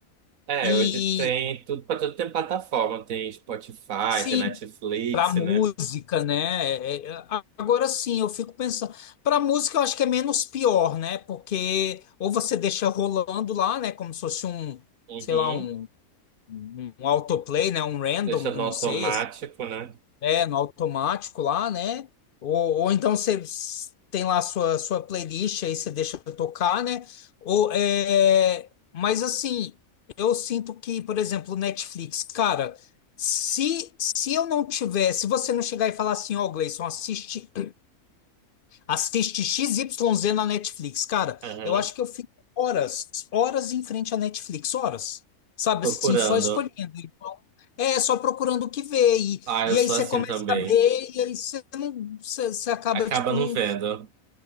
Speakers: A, on the right; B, on the left.
A: É,
B: E
A: hoje tem tudo para tudo tem plataforma, tem Spotify,
B: sim,
A: tem Netflix,
B: Para música,
A: né?
B: né? É, é, a- agora sim, eu fico pensando. Para música, eu acho que é menos pior, né? Porque ou você deixa rolando lá, né? Como se fosse um,
A: Uhum.
B: sei lá, um, um um autoplay, né? Um random,
A: Deixa no
B: não
A: automático,
B: sei,
A: né?
B: é, no automático lá, né? Ou, ou então você s- tem lá a sua, sua playlist, aí você deixa tocar, né? Ou, é... Mas assim, eu sinto que, por exemplo, o Netflix, cara, se, se eu não tiver, se você não chegar e falar assim, ó, Gleison, assiste Assiste XYZ na Netflix. Cara,
A: Uhum.
B: eu acho que eu fico horas, horas em frente à Netflix, horas. Sabe
A: Procurando.
B: assim, só escolhendo. Então, é, só procurando o que ver. E,
A: Ah,
B: e
A: eu sou
B: aí você
A: assim
B: começa
A: também.
B: a ver, e aí você não, você, você acaba,
A: Acaba
B: tipo,
A: não
B: não.
A: vendo.